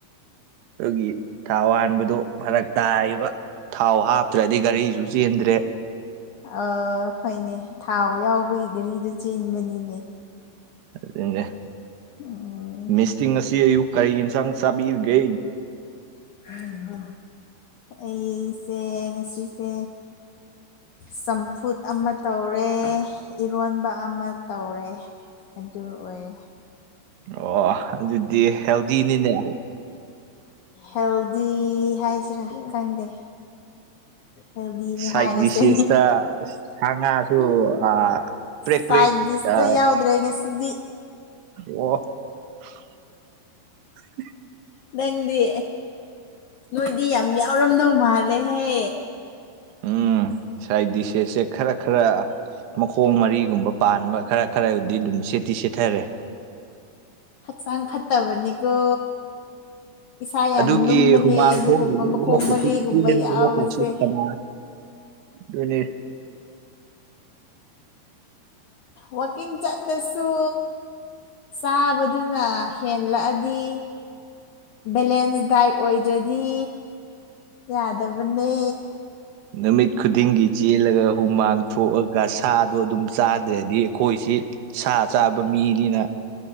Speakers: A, on the right; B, on the left.
A: ꯑꯗꯨꯒꯤ ꯊꯥꯎ ꯍꯥꯟꯕꯗꯣ ꯐꯔꯛ ꯇꯥꯔꯤꯕ ꯊꯥꯎ ꯍꯥꯞꯇ꯭ꯔꯥꯗꯤ ꯒꯥꯔꯤꯁꯨ ꯆꯦꯟꯗ꯭ꯔꯦ
B: ꯑꯣ ꯍꯣꯏꯅꯦ ꯊꯥꯎ ꯌꯥꯎꯕꯒꯤ ꯒꯔꯤꯗꯣ ꯆꯦꯟꯕꯅꯤꯅꯦ
A: ꯑꯗꯨꯅꯦ
B: ꯎꯝ
A: ꯃꯤꯁꯇꯤ ꯉꯁꯤ ꯑꯌꯨꯛ ꯀꯔꯤ ꯏꯟꯁꯥꯡ ꯆꯥꯕꯤꯔꯤꯒꯦ
B: ꯍꯩꯍꯥ ꯑꯩꯁꯦ ꯉꯁꯤꯁꯦ ꯆꯝꯐꯨꯠ ꯑꯃ ꯇꯧꯔꯦ ꯏꯔꯣꯟꯕ ꯑꯃ ꯇꯧꯔꯦ ꯑꯗꯨ ꯑꯣꯏꯔꯦ
A: ꯑꯣ ꯑꯗꯨꯗꯤ ꯍꯦꯜꯗꯤꯅꯤꯅꯦ
B: ꯍꯦꯜꯗꯤ ꯍꯥꯏꯁꯤꯔꯥ ꯈꯪꯗꯦ ꯍꯦꯜꯗꯤꯅꯦ
A: ꯁꯥꯏꯠ
B: ꯍꯥꯏꯔꯁꯦ
A: ꯗꯤꯁꯦꯁꯇ ꯁꯥ ꯉꯥꯁꯨ
B: <inaudible>
A: ꯑꯥ ꯄ꯭ꯔꯦꯛ
B: ꯁꯥꯏꯗꯤꯁꯇꯥ
A: ꯄ꯭ꯔꯦꯛ ꯑꯥ
B: ꯌꯥꯎꯗ꯭ꯔꯦ ꯉꯁꯤꯗꯤ
A: ꯑꯣ꯫ <inaudible>
B: ꯅꯪꯗꯤ꯫ ꯅꯣꯏꯗꯤ ꯌꯥꯝ ꯌꯥꯎꯔꯝꯗꯧ ꯃꯥꯜꯂꯦꯍꯦ꯫
A: ꯎꯝ ꯁꯥꯏ ꯗꯤꯁꯦꯁꯁꯦ ꯈꯔ ꯈꯔ ꯃꯈꯣꯡ ꯃꯔꯤꯒꯨꯝꯕ ꯄꯥꯟꯕ ꯈꯔ ꯈꯔꯕꯨꯗꯤ ꯑꯗꯨꯝ ꯁꯦꯠꯇꯤ ꯁꯦꯠꯊꯔꯦ꯫
B: ꯍꯛꯆꯥꯡ ꯐꯠꯇꯕꯅꯤꯀꯣ꯫ ꯏꯁꯥ ꯌꯥꯝ
A: ꯑꯗꯨꯒꯤ
B: ꯂꯨꯝꯕꯅꯦ
A: ꯍꯨꯃꯥꯡ
B: ꯑꯗꯨꯒꯨꯝꯕ
A: ꯊꯣꯛꯅꯕ
B: ꯃꯈꯣꯡ
A: <inaudible> ꯑꯃꯨꯛꯀꯁꯨ
B: ꯃꯔꯤꯒꯨꯝꯕ
A: ꯆꯦꯟ
B: ꯌꯥꯎꯕꯁꯦ
A: ꯑꯃꯨꯛꯀꯁꯨ ꯁꯅꯥ ꯑꯗꯨꯅꯦ꯫
B: ꯋꯥꯛꯀꯤꯡ ꯆꯠꯂꯁꯨ ꯆꯥꯕꯗꯨꯅ ꯍꯦꯜꯂꯛꯑꯗꯤ ꯕꯦꯂꯦꯟꯁ ꯗꯥꯏꯠ ꯑꯣꯏꯗ꯭ꯔꯗꯤ ꯌꯥꯗꯕꯅꯦ꯫
A: ꯅꯨꯃꯤꯠ ꯈꯨꯗꯤꯡꯒꯤ ꯆꯦꯜꯂꯒ ꯍꯨꯃꯥꯡ ꯊꯣꯛꯑꯒ ꯁꯥꯗꯣ ꯑꯗꯨꯝ ꯆꯥꯗ꯭ꯔꯗꯤ ꯑꯩꯈꯣꯏꯁꯤ ꯁꯥ ꯆꯥꯕ ꯃꯤꯅꯤꯅ